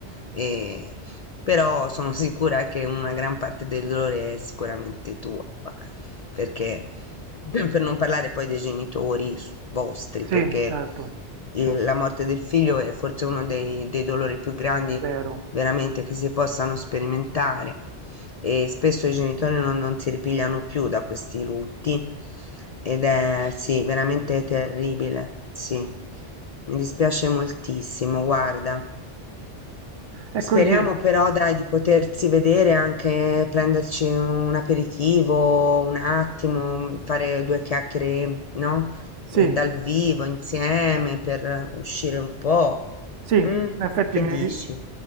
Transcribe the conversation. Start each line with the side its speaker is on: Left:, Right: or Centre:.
Left: e- però sono sicura che una gran parte del dolore è sicuramente tua, perché per non parlare poi dei genitori s- vostri,
Right: Sì,
Left: perché
Right: certo,
Left: eh, la morte del figlio è forse uno dei dei dolori più grandi
Right: vero.
Left: veramente che si possano sperimentare e spesso i genitori non, non si ripigliano più da questi lutti ed è sì, veramente terribile, sì. Mi dispiace moltissimo, guarda.
Right: È
Left: Speriamo
Right: così,
Left: però, dai, di potersi vedere anche, prenderci un aperitivo, un attimo, fare due chiacchiere, no?
Right: sì.
Left: Eh, Dal vivo insieme per uscire un po'.
Right: Sì,
Left: Mm?
Right: in effetti
Left: Che
Right: mi
Left: dici?
Right: hai...